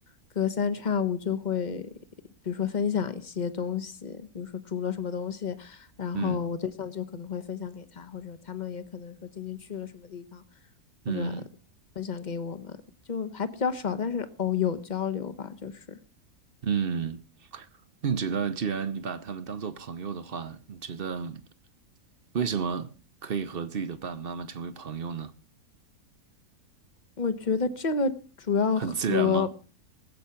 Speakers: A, on the left (about 35°); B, on the right (about 45°).
A: 隔三差五就会，比如说分享一些东西，比如说煮了什么东西，然后我对象就可能会分享给他，
B: 嗯
A: 或者他们也可能说今天去了什么地方，
B: 嗯
A: 或者分享给我们，就还比较少，但是哦有交流吧，就是
B: 嗯，那你觉得，既然你把他们当做朋友的话，你觉得为什么可以和自己的爸爸妈妈成为朋友呢？
A: 我觉得这个主要和。
B: 很自然吗？